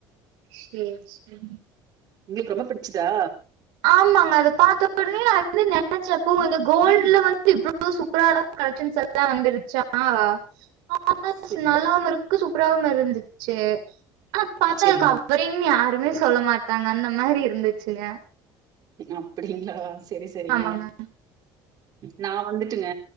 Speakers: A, on the right; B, on the right.
A: சேரி சேரி
B: உங்களுக்கு ரொம்ப பிடிச்சுதா
A: ஆமாங்க அத பாத்த உடனே நா வந்து நெனச்சே இதுவு இந்த கோல்டுல வந்து இவ்ளோ சூப்பரா கலக்சென்ஸ் எல்லா வந்துருச்சா <inaudible>
B: சரிங்க,
A: நல்லாவு இருக் சூப்பராவும் இருந்துச்சு ஆனா பாத்தா
B: சரிங்க.
A: கவரிங்னு யாருமே சொல்ல மாட்டாங்க அந்த மாரி இருந்துச்சுங்க
B: அப்டிங்களா சரி சரிங்க
A: ஆமாங்க
B: நா வந்துட்டுங்க